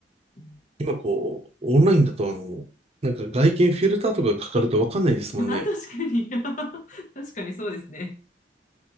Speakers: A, on the left; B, on the right.
A: うん
B: <laughs> 今こう、オンラインだとあの、なんか外見フィルターとかかかるとわかんないですもんね。
A: あ、確かに。<laughs> 確かにそうですね。